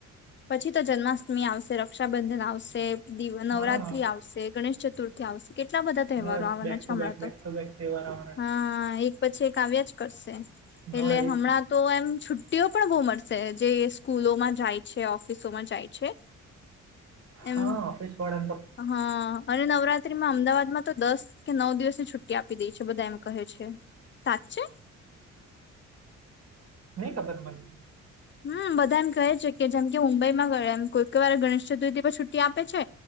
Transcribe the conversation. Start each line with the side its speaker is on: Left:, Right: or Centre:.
Left: પછી તો જન્માષ્ટમી આવશે, રક્ષાબંધન આવશે દિવ નવરાત્રી
Right: હા
Left: આવશે, ગણેશ ચતુર્થી આવશે, કેટલા બધા તહેવારો
Right: બસ
Left: આવવાના
Right: બેક ટુ
Left: છે હમણાં
Right: બેક
Left: તો.
Right: બેક ટુ બેક તહેવાર આવવાના
Left: હા એક પછી એક કાવ્યા જ કરશે.
Right: છે
Left: એટલે
Right: હા એ
Left: હમણાં
Right: જ ને
Left: તો એમ છુટ્ટીઓ પણ બહુ મળશે જે સ્કૂલોમાં જાય છે, ઓફિસોમાં જાય છે
Right: હા,
Left: એમ
Right: ઓફિસવાળા
Left: હા અને નવરાત્રીમાં અમદાવાદમાં તો દસ કે નવ દિવસની છુટ્ટી આપી દે છે બધા એમ કહે છે સાચે?
Right: નહી ખબર મન.
Left: હમ બધા એમ કહે છે કે જેમ કે મુંબઈમાં ગયો એમ કોઈક વાર ગણેશ ચતુર્થી પર છુટ્ટી આપે છે.